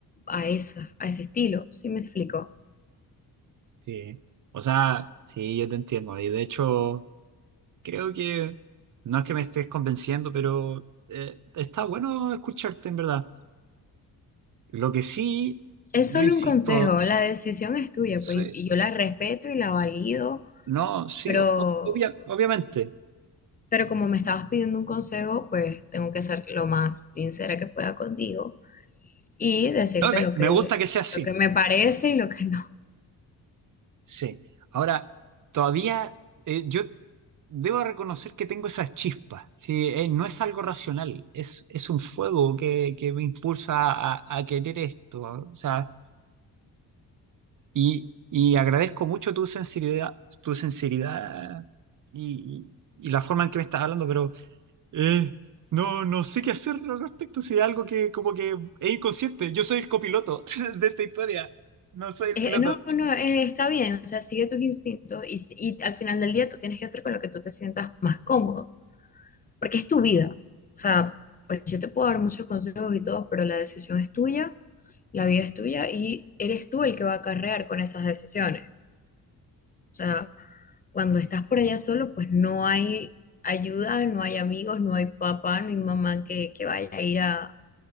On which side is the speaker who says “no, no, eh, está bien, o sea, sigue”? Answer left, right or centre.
Left